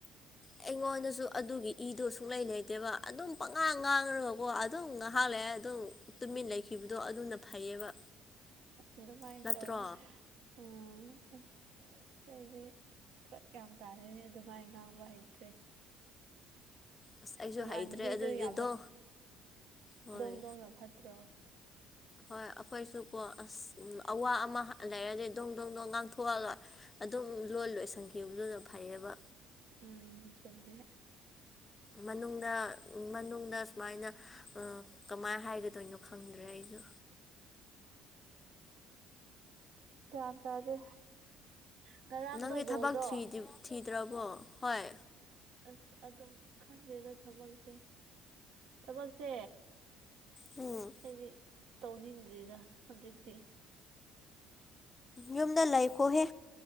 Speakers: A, on the left; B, on the right.
A: ꯑꯩꯉꯣꯟꯗꯁꯨ ꯑꯗꯨꯒꯤ ꯏꯗꯨ ꯁꯨꯛꯂꯩ ꯂꯩꯩꯇꯦꯕ ꯑꯗꯨꯝ ꯄꯪꯉꯥꯡ ꯉꯥꯡꯈꯒꯀꯣ ꯑꯗꯨꯝ ꯉꯥꯏꯍꯥꯛ ꯂꯩꯑꯦ ꯑꯗꯨꯝ ꯇꯨꯃꯤꯟ ꯂꯩꯈꯤꯕꯗꯣ ꯑꯗꯨꯅ ꯐꯩꯌꯦꯕ
B: ꯑꯗꯨꯃꯥꯏꯅ
A: ꯅꯠꯇ꯭ꯔꯣ
B: ꯇꯧꯋꯦ ꯎꯝ ꯑꯁ ꯑ ꯑꯩꯗꯤ ꯐꯔꯛ ꯀ꯭ꯌꯥ ꯇꯥꯅꯅꯦ ꯑꯗꯨꯃꯥꯏꯅ ꯉꯥꯡꯕ ꯍꯩꯇ꯭ꯔꯦ
A: ꯑꯁ ꯑꯩꯁꯨ
B: <inaudible> ꯏꯃꯥꯟꯅꯕꯤꯗꯨ
A: ꯍꯩꯇ꯭ꯔꯦ ꯑꯗꯨꯗꯤꯗꯣ
B: ꯌꯥꯝꯅ
A: ꯍꯣꯏ
B: ꯗꯣꯡ ꯗꯣꯡꯅ ꯐꯠꯇ꯭ꯔꯣ
A: ꯍꯣꯏ ꯑꯩꯈꯣꯏꯁꯨ ꯀꯣ ꯑꯁ ꯑꯋꯥ ꯑꯃ ꯂꯩꯔꯗꯤ ꯗꯣꯡ ꯗꯣꯡ ꯗꯣꯡ ꯉꯥꯡꯊꯣꯛꯍꯂꯣꯏ ꯑꯗꯨꯝ ꯂꯣꯏ ꯂꯣꯏ ꯁꯪꯈꯤꯕꯈꯤꯕꯗꯨꯗ ꯐꯩꯌꯦꯕ
B: ꯎꯝ ꯁꯃꯦꯃꯦ
A: ꯃꯅꯨꯡꯗ ꯎ ꯃꯅꯨꯡꯗ ꯁꯨꯃꯥꯏꯅ ꯎ ꯀꯃꯥꯏꯅ ꯍꯥꯏꯒꯗꯣꯏꯅꯣ ꯈꯪꯗ꯭ꯔꯦ ꯑꯩꯁꯨ
B: ꯀ ꯇꯖ ꯉꯔꯥꯡꯗꯣ
A: ꯅꯪꯗꯤ ꯊꯕꯛ
B: ꯣꯗꯣ
A: ꯊꯤꯗꯤ ꯊꯤꯗ꯭ꯔꯕꯣ ꯍꯣꯏ
B: ꯑꯁ ꯑꯗꯨꯝ ꯈꯪꯒꯦꯗ ꯊꯕꯛꯁꯦ ꯊꯕꯛꯁꯦ
A: ꯎꯝ
B: ꯑꯩꯗꯤ ꯇꯧꯅꯤꯡꯗ꯭ꯔꯤꯗ ꯍꯧꯖꯤꯛꯇꯤ
A: ꯌꯨꯝꯗ ꯂꯩꯈꯣꯍꯦ